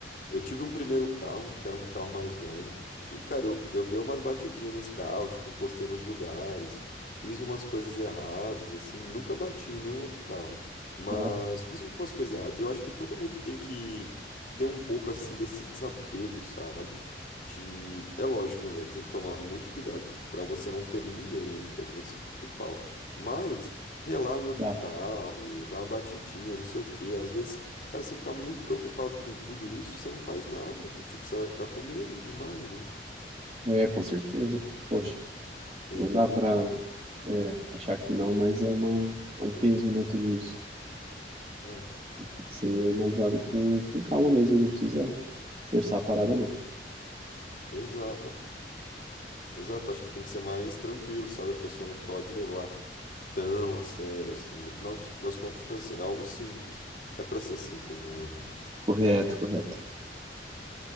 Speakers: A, on the left (about 50°); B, on the right (about 30°).
A: Eu tive um primeiro carro, que era um carro mais velho, e, cara, eu, eu dei umas batidinhas nesse carro, tipo, encostei nos lugares, fiz umas coisas erradas, assim, nunca bati em nenhum outro carro, mas
B: Ó,
A: fiz umas coisas erradas. Eu acho que todo mundo tem que ter um pouco, assim, desse desapego, sabe? De... É lógico, né, velho? Tem que tomar muito cuidado para você não ferir ninguém, acho que é o principal. Mas relar em
B: exato.
A: outro carro, dar uma batidinha, não sei o quê, às vezes Cara, se você ficar muito preocupado com tudo isso, você não faz nada. do Tipo, você vai ficar com medo demais, né?
B: É, com certeza. Poxa,
A: E
B: não
A: aí fica
B: dá
A: bloqueado.
B: pra é, achar que não, mas é uma, é um peso, né, tudo isso.
A: É,
B: E Tem que ser analisado com, com calma mesmo, não precisa forçar a parada, não.
A: exato. Exato. Acho que tem que ser mais tranquilo, sabe? A pessoa não pode levar tão a sério assim. No final das contas, é algo simples. É para ser simples, na verdade.
B: Correto, correto.